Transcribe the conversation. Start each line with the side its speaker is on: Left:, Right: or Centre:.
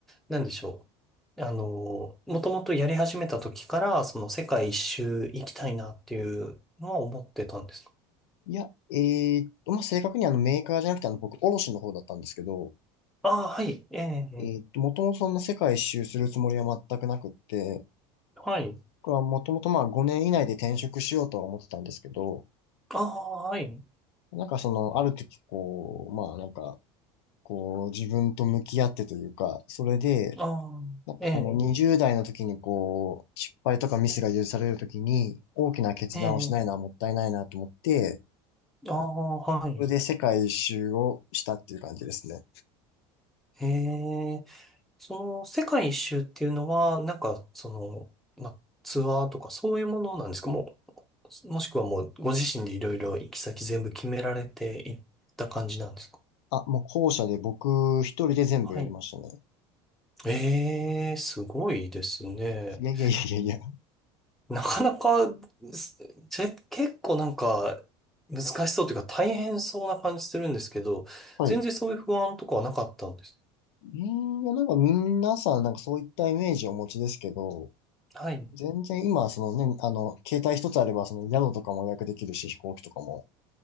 Centre: なんでしょう。あの、もともとやり始めた時から、その世界一周行きたいなっていうのは思ってたんですか
Left: いや、えーっと、まあ、正確にあのメーカーじゃなくてあの僕、卸の方だったんですけど、
Centre: ああー、はい。ええ、
Left: えーっと、もともとそんな世界一周するつもりは全くなくって、
Centre: はい。
Left: これはもともとまあ5年以内で転職しようとは思ってたんですけど、
Centre: ああ、はい。
Left: なんかその、ある時こう、まあなんか、こう自分と向き合ってというか、それで、
Centre: ああ、
Left: なんかこの20代の時にこう、
Centre: ええ、
Left: 失敗とかミスが許される時に、大きな決断をしないのはもったいないなと思って、
Centre: ええ、ああ、はい。
Left: それで世界一周をしたっていう感じですね。
Centre: へえ。その世界一周っていうのは、なんか、その、ま、ツアーとかそういうものなんですかもう、もしくはもうご自身でいろいろ行き先全部決められていった感じなんですか
Left: あ、もう校舎で僕一人で全部やりましたね。
Centre: はい。ええ、すごいですね。
Left: いやいやいやいやいや。
Centre: なかなか、すちょ結構なんか難しそうというか大変そうな感じするんですけど、
Left: はい。
Centre: 全然そういう不安とかはなかったんです。
Left: んいや、なんか皆さんなんかそういったイメージをお持ちですけど、
Centre: はい。
Left: 全然今、そのね、あの、携帯一つあれば、その宿とかも予約できるし、飛行機とかも、